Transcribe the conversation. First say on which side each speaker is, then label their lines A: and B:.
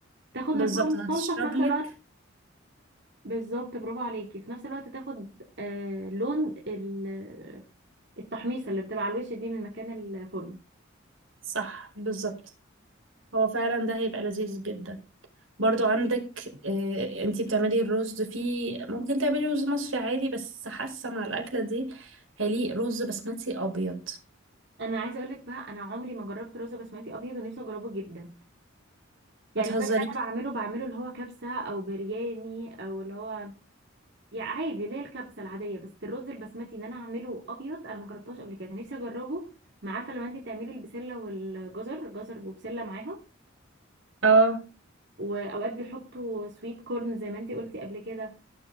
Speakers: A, on the right; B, on the right.
A: تاخد
B: بالظبط
A: من طعم الصلصه
B: هتشرب
A: في نفس
B: لك
A: الوقت بالظبط برافو عليكي في نفس الوقت تاخد آه لون ال- التحميصه اللي بتبقى على الوش دي من مكان الفرن
B: صح بالظبط هو فعلا ده هيبقى لذيذ جدا برضو عندك آه، انتي بتعملي الرز فيه ممكن تعملي رز مصري عادي بس حاسه مع الاكله دي هيليق رز بسمتي ابيض
A: انا عايزه اقول لك بقى انا عمري ما جربت رز بسمتي ابيض ونفسي اجربه جدا يعني
B: ما تهزريش
A: الباب اللي انا بعمله بعمله اللي هو كبسه او برياني او اللي هو يعني عادي اللي هي الكبسه العاديه بس الرز البسمتي ان انا اعمله ابيض انا ما جربتهاش قبل كده نفسي اجربه ما عارفه لما انت بتعملي البسله والجزر جزر وبسله معاهم
B: اه
A: واوقات بيحطوا سويت كورن زي ما انت قلتي قبل كده